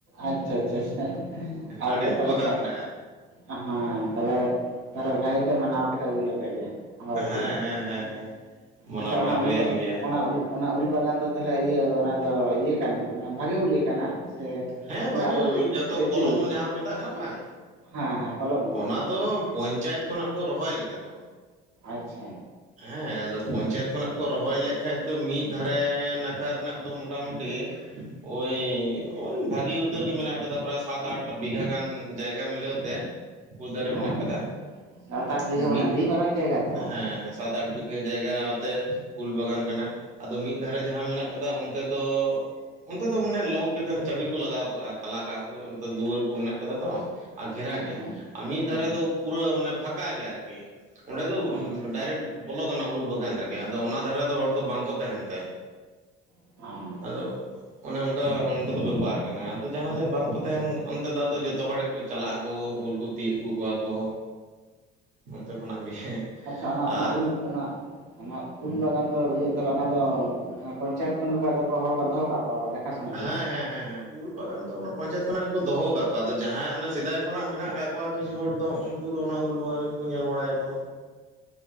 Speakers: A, on the right (about 75°); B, on the right (about 40°).
A: ᱟᱪᱪᱷᱟ ᱟᱪᱪᱷᱟ ᱟᱪᱪᱷᱟ ᱟᱨᱯᱮ
B: ᱟᱹᱰᱤ ᱞᱟᱹᱴᱩ
A: ᱛᱟᱦᱚᱞᱮ
B: ᱵᱟᱜᱟᱱ ᱢᱮᱱᱟᱜᱼᱟ᱾
A: ᱦᱮᱸ ᱛᱟᱦᱞᱮ ᱛᱟᱦᱞᱮ ᱵᱷᱟᱜᱤ ᱯᱮ ᱢᱟᱱᱟᱣ ᱠᱮᱫᱟ ᱩᱞ ᱟᱛᱮᱜ ᱜᱮ? ᱟᱵᱟᱵᱚᱛᱤ
B: ᱦᱮᱸ
A: ᱫᱚ
B: ᱦᱮᱸ ᱦᱮᱸ ᱦᱮᱸ ᱢᱟᱱᱟᱣ
A: ᱟᱪᱪᱷᱟ
B: ᱵᱟᱲᱟ
A: ᱚᱱᱟ
B: ᱦᱩᱭᱮᱱ
A: ᱩᱞ ᱫᱚ
B: ᱜᱮᱭᱟ
A: ᱚᱱᱟ ᱩᱞ ᱚᱱᱟ ᱩᱞ ᱵᱟᱜᱟᱱ ᱫᱚ ᱛᱟᱞᱦᱮ ᱤᱭᱟᱹ ᱚᱱᱟ ᱫᱚ ᱤᱭᱟᱹ ᱠᱟᱱ ᱢᱟᱱᱮ ᱵᱷᱟᱜᱮ ᱩᱞ ᱜᱮ ᱠᱟᱱᱟ ᱥᱮ
B: ᱦᱮᱸ
A: ᱚᱱᱮ
B: ᱵᱷᱟᱜᱤ
A: ᱟᱵᱚ ᱫᱮ
B: ᱩᱞ ᱡᱚᱛᱚ
A: ᱫᱮᱥᱤ
B: ᱠᱚᱞᱚᱢ ᱩᱞ ᱡᱟᱦᱟᱸ ᱠᱚ ᱢᱮᱛᱟᱜ ᱠᱟᱱᱟ ᱵᱟᱝ
A: ᱦᱮᱸ ᱦᱮᱸ ᱠᱚᱞᱚᱢ ᱩᱞ ᱠᱚ
B: ᱚᱱᱟ ᱫᱚ ᱯᱚᱧᱪᱟᱭᱮᱛ ᱠᱷᱚᱱᱟᱜ ᱠᱚ ᱨᱚᱦᱚᱭ ᱞᱮᱫᱟ ᱠᱚ
A: ᱟᱪᱪᱷᱟ
B: ᱦᱮᱸ ᱟᱫᱚ ᱯᱚᱧᱪᱟᱭᱮᱛ ᱠᱷᱚᱱᱟᱜ ᱠᱚ ᱨᱚᱦᱚᱭ ᱞᱮᱜ ᱠᱷᱟᱡ ᱫᱚ ᱢᱤᱜ ᱫᱷᱟᱨᱮ ᱱᱟᱠᱷᱟ ᱨᱮᱱᱟᱜ ᱫᱚ ᱢᱚᱴᱟᱢᱩᱴᱤ ᱳᱭ ᱳᱭ ᱵᱷᱟᱹᱜᱤ ᱩᱛᱟᱹᱨ ᱜᱮ ᱢᱮᱱᱟᱜ ᱟᱠᱟᱫᱟ ᱯᱨᱟᱭ ᱥᱟᱛ ᱟᱴ ᱵᱤᱜᱷᱟ ᱜᱟᱱ ᱡᱟᱭᱜᱟ ᱢᱤᱞᱟᱹᱣ ᱛᱮ ᱩᱞ ᱫᱟᱨᱮ
A: ᱦᱮᱸ
B: ᱢᱮᱱᱟᱜ ᱟᱠᱟᱫᱟ
A: ᱥᱟᱛ ᱟᱴ ᱵᱤᱜᱷᱟᱹ
B: ᱟᱫᱚ ᱢᱤᱫ
A: ᱢᱟᱱᱮ ᱟᱹᱰᱤ ᱢᱟᱨᱟᱝ ᱡᱟᱭᱜᱟ ᱛᱚ
B: ᱦᱮᱸ ᱦᱮᱸ ᱥᱟᱛ ᱟᱴ ᱵᱤᱜᱽᱼᱼ ᱡᱟᱭᱜᱟ ᱟᱛᱮ ᱩᱞ ᱵᱟᱜᱟᱱ ᱠᱟᱱᱟ ᱟᱫᱚ ᱢᱤᱫ ᱫᱷᱟᱨᱮ ᱡᱟᱦᱟᱸ ᱢᱮᱱᱟᱜ ᱠᱟᱫᱟ ᱚᱱᱛᱮ ᱫᱚ ᱚᱱᱛᱮ ᱫᱚ ᱢᱟᱱᱮ ᱞᱚᱠ ᱜᱮ ᱛᱟᱸᱦᱮᱱᱟ ᱪᱟᱹᱵᱤ ᱠᱚ ᱞᱟᱜᱟᱣ ᱠᱟᱜᱼᱟ, ᱛᱟᱞᱟ ᱠᱟᱜ ᱟᱠᱚ ᱚᱱᱛᱮ ᱫᱩᱣᱟᱹᱨ ᱠᱚ ᱢᱮᱱᱟᱜ ᱠᱟᱫᱟ ᱛᱚ᱾ ᱟᱨ ᱜᱷᱮᱨᱟ
A: ᱟᱪᱪᱷᱟ
B: ᱜᱮᱭᱟ ᱟᱨ ᱢᱤᱫ ᱫᱷᱟᱨᱮ
A: ᱦᱩᱸ
B: ᱫᱚ ᱯᱩᱨᱟᱹ ᱢᱟᱱᱮ ᱯᱷᱟᱸᱠᱟ ᱜᱮᱭᱟ ᱟᱨᱠᱤ᱾ ᱚᱸᱰᱮ ᱫᱚ
A: ᱟᱪᱪᱷᱟ ᱟᱪᱪᱷᱟ
B: ᱰᱟᱭᱨᱮᱠᱴ ᱵᱚᱞᱚ ᱜᱟᱱᱚᱜᱼᱟ ᱩᱞ ᱵᱟᱜᱟᱱ ᱨᱮᱜᱮ, ᱟᱫᱚ ᱚᱱᱟ ᱫᱷᱟᱨᱮ ᱫᱚ ᱦᱚᱲ ᱫᱚ ᱵᱟᱝᱠᱚ ᱛᱟᱸᱦᱮᱱ ᱛᱮ
A: <inaudible>
B: ᱟᱫᱚ ᱚᱱᱮ ᱚᱝᱠᱟ ᱚᱸᱰᱮ ᱫᱚ ᱵᱮᱯᱟᱨ ᱟᱠᱟᱱᱟ᱾ ᱟᱫᱚ ᱡᱟᱦᱟᱸ ᱥᱮᱫ ᱵᱟᱝᱠᱚ ᱛᱟᱸᱦᱮᱱ ᱚᱱᱛᱮ ᱫᱚ ᱟᱫᱚ ᱡᱚᱛᱚ ᱦᱚᱲ ᱜᱮᱠᱚ ᱪᱟᱞᱟᱜ ᱟᱠᱚ ᱩᱞ ᱠᱩ ᱛᱤᱭᱟᱹᱜ ᱟᱜᱩ ᱠᱚᱣᱟ ᱠᱚ ᱚᱱᱛᱮ ᱠᱷᱚᱱᱟᱜ ᱜᱮ᱾
A: ᱟᱪᱪᱷᱟ ᱚᱱᱟ ᱚᱱᱟ
B: ᱟᱨ
A: ᱩᱞ ᱚᱱᱟ ᱚᱱᱟ ᱩᱞ ᱵᱟᱜᱟᱱ ᱫᱚ ᱤᱭᱟᱹ ᱛᱟᱦᱞᱮ ᱚᱱᱟ ᱫᱚ ᱢᱟᱱᱮ ᱯᱚᱧᱪᱟᱭᱮᱛ ᱠᱷᱚᱱ ᱜᱮᱠᱚ ᱟᱫᱚ ᱦᱚᱲ ᱠᱚ ᱫᱚᱦᱚ ᱠᱟᱜ ᱠᱚᱣᱟ ᱫᱮᱠᱷᱟ ᱥᱚᱱᱟᱭ
B: ᱦᱮᱸ
A: ᱞᱟᱹᱜᱤᱫ᱾
B: ᱦᱮᱸ ᱦᱮᱸ ᱦᱮᱸ ᱩᱞ ᱵᱟᱜᱟᱱ ᱫᱚ ᱚᱱᱟ ᱯᱚᱧᱟᱭᱮᱛ ᱠᱷᱚᱱᱟᱜ ᱜᱮᱠᱚ ᱫᱚᱦᱚ ᱟᱠᱟᱫ ᱠᱚᱣᱟ᱾ ᱟᱫᱚ ᱡᱟᱦᱟᱸᱭ ᱚᱱᱮ ᱥᱮᱫᱟᱭ ᱠᱷᱚᱱᱟᱜ ᱢᱮᱱᱟᱜ ᱠᱟᱜ ᱠᱚᱣᱟ ᱠᱤᱪᱷᱩ ᱦᱚᱲ ᱫᱚ ᱩᱼᱼ ᱩᱱᱠᱩ ᱫᱚ ᱚᱱᱟ ᱩᱞ ᱵᱟᱜᱟᱱ ᱜᱮᱠᱚ ᱧᱮᱞ ᱵᱟᱲᱟᱭ ᱟᱠᱚ᱾